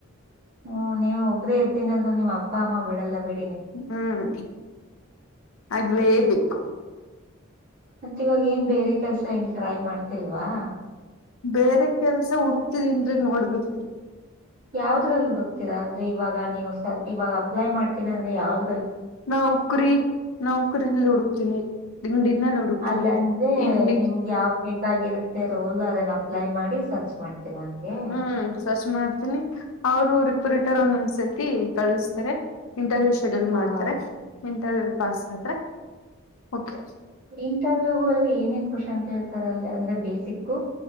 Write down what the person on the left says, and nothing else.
ಹ್ಮ್ ಆಗ್ಲೇಬೇಕು
ಬೇರೆ ಕೆಲ್ಸ ಹುಡುಕ್ತಿದನ್ರರಿ ನೋಡ್ಬೇಕು
ನೌಕರಿ ನೌಕರಿ ಹುಡುಕ್ತೀನಿ ಡಿಗ್ಡಿನಲ್ಲಿ ಹುಡುಕ್ತೀನಿ
ಇಂಡಿ
ಹ್ಮ್ ಸರ್ಚ್ ಅವರು ರಿಕ್ುರಿಟರ್ನ್ನೊಂದ್ಸತಿ ಕಳಸ್ತಾರೆ ಇಂಟರ್ವ್ಯೂ ಶೆಡ್ಯೂಲ್
ಮಾಡ್ತಾರೆ
ಇಂಟರ್ವ್ಯೂ ಪಾಸ್ ಆದ್ರರೆ ಕೆ